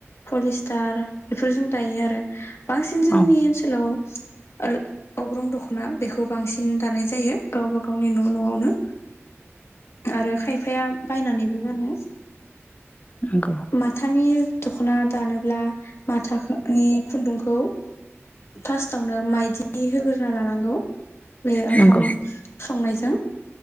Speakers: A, on the left; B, on the left.
A: पलिस्टार बेफोरजों दायो आरो। बांसिन जोंनि
B: औ
A: ओनसोलाव ओर अग्रं दख'ना बेखौ बांसिन दानाय जायो गावबा गावनि न' न'आवनो। आरो खायफाया बायनानैबो गानो।
B: नंगौ
A: माथानि दखना दानोब्ला माथाखोनि खुन्दुंखौ फास्टावनो माइदि होगोरना लानांगौ। बेयो
B: नंगौ
A: ओंखाम संनाय जों।